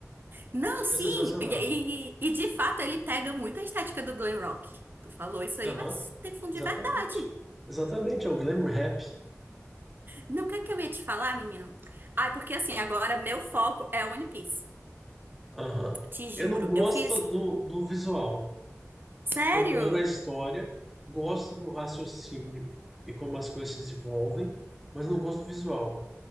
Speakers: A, on the right; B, in the centre.
A: Não,
B: o que
A: sim.
B: é sensacional.
A: E, e- e, de fato ele pega muito a estética do glam rock. Tu falou isso aí,
B: Aham,
A: mas tem fundo
B: exatamente.
A: de verdade.
B: Exatamente, é o glam rap.
A: Não, o que é que eu ia te falar, menino? Ai, porque assim, agora meu foco é One Piece.
B: Aham.
A: Te juro,
B: Eu não gosto
A: eu fiz.
B: do, do visual.
A: Sério?
B: Adoro a história, gosto do raciocínio e como as coisas se desenvolvem, mas não gosto do visual.